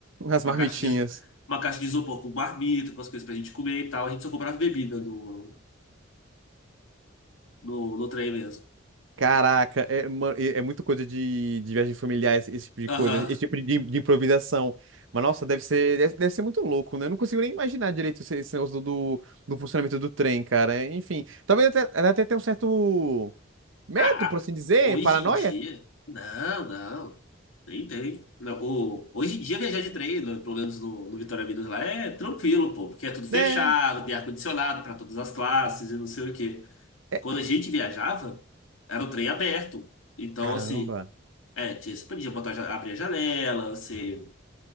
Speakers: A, on the right (about 80°); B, on the left (about 85°).
A: as
B: uma
A: marmitinhas.
B: caixa de, uma caixa de isopor com marmita, com as coisas pra gente comer e tal. A gente só comprava bebida no, no, no trem mesmo.
A: Caraca, é, ma- é é muito coisa de, de viagem familiar, esse, esse tipo de
B: Aham,
A: coisa, esse tipo de, de improvisação. Mas, nossa, deve ser, deve, deve ser muito louco, né? Eu não consigo nem imaginar direito esse, esse negócio do, do, do funcionamento do trem, cara. Enfim, talvez até, até tenha um certo medo,
B: Ah,
A: por assim
B: ah,
A: dizer,
B: hoje
A: paranoia,
B: em dia. Não, não. Tem, tem. Não, o, hoje em dia, viajar de trem, no- pelo menos no, no Vitória Minas lá, é tranquilo, pô, porque é tudo fechado,
A: né?
B: tem ar-condicionado para todas as classes e não sei o quê.
A: É,
B: Quando a gente viajava, era o trem aberto. Então,
A: caramba.
B: assim, é, tinha- você podia botar, ja- abrir a janela, você